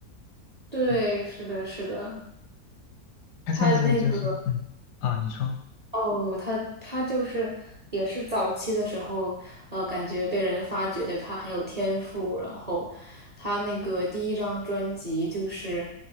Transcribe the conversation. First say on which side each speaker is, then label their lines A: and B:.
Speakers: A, on the right; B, on the left.
A: <laughs> 对，
B: 嗯
A: 是的，是的，
B: 他甚至就是嗯啊，
A: 他那个。
B: 你说。
A: 哦，他他就是也是早期的时候，呃，感觉被人发掘的他很有天赋，然后他那个第一张专辑就是